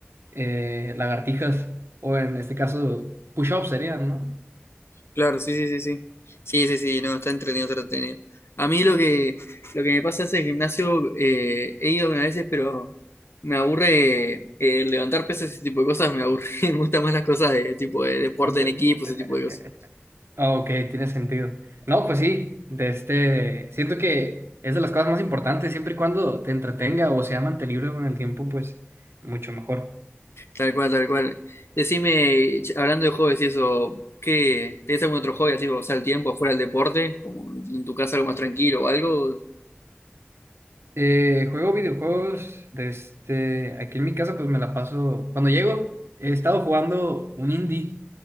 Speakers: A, on the right (about 80°); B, on the left (about 80°).
A: eh, lagartijas, o en este caso, push-ups serían, ¿no?
B: Claro, sí, sí, sí, sí. Sí, sí, sí, no, está entretenido, está entretenido. A mí lo que, lo que me pasa es el gimnasio, eh, he ido algunas veces, pero me aburre eh, levantar pesas y ese tipo de cosas, me aburre, <laughs> me gustan más las cosas de tipo de deporte
A: No, te-
B: en equipo,
A: te-
B: ese tipo de
A: te-
B: cosas.
A: Ah, Ok, tiene sentido. No, pues sí, de este, siento que es de las cosas más importantes, siempre y cuando te entretenga o sea mantenible con el tiempo, pues mucho mejor.
B: Tal cual, tal cual. Decime, ch- hablando de hobbies y eso, ¿qué? ¿Tenés algún otro hobby así para pasar el tiempo fuera del deporte? Como en tu casa algo más tranquilo o algo.
A: Eh, juego videojuegos, de este, aquí en mi casa pues me la paso, cuando llego he estado jugando un indie,